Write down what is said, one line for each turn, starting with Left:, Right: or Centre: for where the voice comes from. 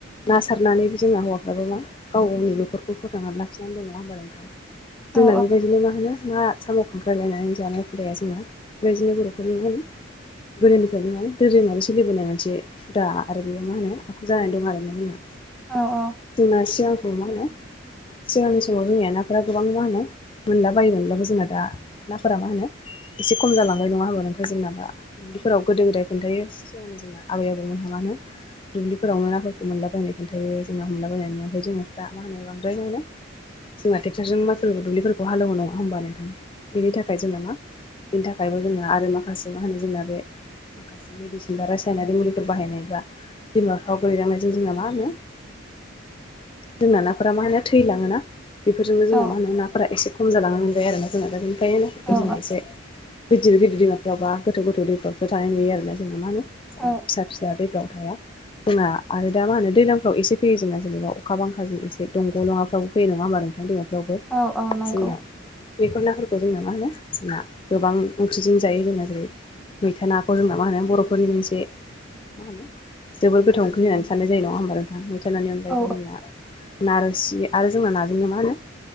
Left: ना सारनानै जोंना हौवाफ्राबो मा गाव गावनि न'खरखौ फोथांनानै लाखिनानै दङ होमबा नोंथां जोंना
Centre: औ
Left: बेबायदिनो मा होनो मा साम' खांख्रायलायनानै जानाय फुदाया जोंना बेबायदिनो बर'फोरनि गोदोनिफ्रायनो माने दोरोङारि सोलिबोनाय मोनसे हुदा आरो बेयो मा होनो आखु जानानै दं आरोना जोंना
Centre: औ औ
Left: जोंना सियालखौ मा होनो सिगांनि समाव जोंनिया नाफोरा गोबां मा होनो मोनला बायोमोन अब्लाबो जोंना दा नाफोरा मा होनो एसे खम जालांबाय नङा होमबा नोंथां जोंनाबा दुब्लिफोराव गोदो गोदाय खोन्थायो जोंनि जोंना आबै आबौमोनहा मा होनो दुब्लिफोरावनो नाफोरखौ मोनलाबायनाय खोन्थायो जोंना हमलाबायनानै ओमफ्राय जोंनाफा मा होनोांद्राय होनो जोंना ट्रेकटरजों मफोर दुब्फोरखौ हालवो ना नङा होमबा नोंथां बेनि थाखाय जोंना मा बिनि थाखायबो जोङो आरो माखासे मा होनो जोंना बे माखासे मेडिसिन बा रासायनारि मुलिफोर बाहायनायबा दै माफ्राव गोलैलांनायजों जोंना मा होनो जोंना नाफोरा मा होनो थैलाङोना बेफोरजोंनो जोंना
Centre: औ
Left: मा होनो नाफोरा एसे खम जालांनो मोनजायो आरोना जोंना दा बेनिखायनो नाफोरखौ
Centre: औ
Left: जोंना एसे गिदिर गिदिर दैमाफ्रावबा गोथौ गोथौ दैफ्रावसो थानाय नुयो आरोना जोंना मा होनो जों
Centre: औ
Left: फिसा फिसा जाहा दैफ्रावनो थाया जोंना आरो दा मा होनो दैज्लांफ्राव एसे फैयो जोंना जेनेबा अखा बांखाजों एसे दंग' नङाफ्राव फैयो नङा होमबा नोंथांनि दैमाफ्रावबो
Centre: औ औ नंगौ
Left: जोंना बेफोर नाफोरखौ जोंनो मा होनो जोंना गोबां ओंख्रिजों जायो जोङो जेरै मैथा नाखौ जोंना मा होनो बर'फोरनि मोनसे मा होन जोबद गोथाव ओंख्रि होननानै साननाय जायो नङा होनोमबा नोंथां नानै अनाय
Centre: औ
Left: जोंना नारसि आरो जोंना नाजोंनो मा होनो